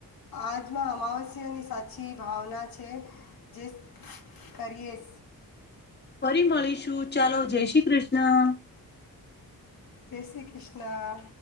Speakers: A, on the left; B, on the left.
A: આજમાં અમાવસ્યાની સાચી ભાવના છે જે કરીએ
B: ફરી મળીશું ચાલો જય શ્રી કૃષ્ણ
A: કે શ્રી કૃષ્ણ